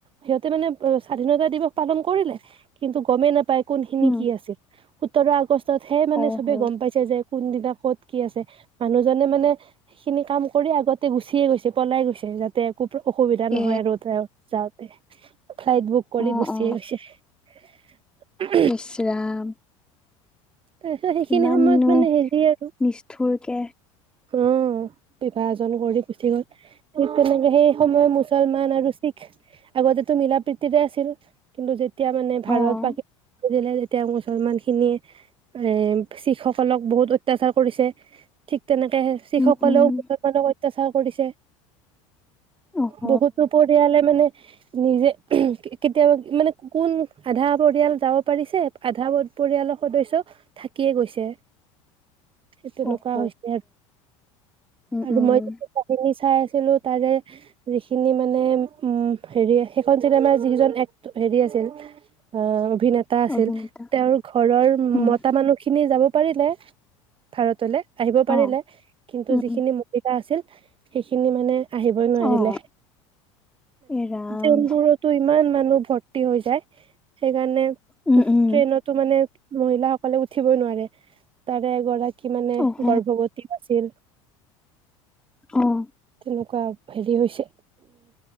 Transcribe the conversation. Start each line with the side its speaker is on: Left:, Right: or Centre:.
Right: সিহঁতে মানে স্বাধীনতা দিৱস পালন কৰিলে কিন্তু গমেই নাপায় কোনখিনি
Centre: উম
Right: কি আছিল উত্তৰ আগ কষ্টত হে মানে
Centre: অ
Right: চবে
Centre: হ।
Right: গম পাইছে যে কোনদিনা ক'ত কি আছে মানুহজনে মানে সেইখিনি কাম কৰি আগতে গুচিয়ে গৈছে পলাই গৈছে যাতে খুব অসুবিধা
Centre: এ
Right: নহয় ৰ'দ যাওঁাত তে ফ্লাইট বুক কৰি
Centre: অ
Right: গুচিয়ে
Centre: অ
Right: গৈছে উ
Centre: ইচ ৰাম।
Right: তাৰপিছত সেইখিনি
Centre: ইমাননো
Right: সময়ত মানে হেৰি আৰু
Centre: নিষ্ঠুৰকে
Right: অ বিভ এাজ কৰি পুঠি গ'ল ঠিক তেনেকে সেই সময় মুছলমান আৰু শিখ আগতেতো মিলা প্ৰীতিৰে আছিল কিন্তু এতিয়া মানে
Centre: অ',
Right: ভাৰত পাকিসান এতিয়া মুছলমান খিনিয়ে এ শিখসকলক বহুত অত্যাচাৰ কৰিছে ঠিক তেনেকে শিখসকলেও
Centre: উম, উম,
Right: মুছলমানৰ অত্যাচাৰ কৰিছে
Centre: অহ।
Right: বহুতো পৰিয়ালে মানে নিজে কেতিয়াবা মানে কোন আধা পৰিয়াল যাব পাৰিছে আধা পৰিয়ালৰ সদস্য় থাকিয়ে গৈছে। সেই তেনেকুৱা
Centre: অহ,
Right: হৈছে। আৰু
Centre: উম,
Right: আৰু
Centre: উম।
Right: মই য কাহিনী চাই আছিলো। তাৰে যিখিনি মানে। হেৰি সেইখন চিনেমাৰ যিজন এক হেৰি আছিল অ। অভিনেতা আছিল
Centre: অভিনেতা,
Right: তেওঁৰ ঘৰৰ
Centre: উম,
Right: মতা মানুহখিনি যাব পাৰিলে। ভাৰতলৈ। আহিব পাৰিলে
Centre: অ',
Right: কিন্তু
Centre: উম,
Right: যিখিনি
Centre: উম,
Right: মহিলা আছিল। সেইখিনি মানে। আহিবই নোৱাৰিলে।
Centre: অ', এ ৰাম,
Right: জেংবোৰতো ইমান মানুহ ভৰ্তি। হৈ যায়। সেইকাৰণে।
Centre: উম, উম।
Right: ট্ৰেইনতো মানে মহিলাসকলে উঠি। উঠিবই নোৱাৰে। তাৰে এগৰাকী মানে
Centre: অহ,
Right: গৰ্ভৱতী আছিল
Centre: অ',
Right: তেনেকুৱা হেৰি হৈছে।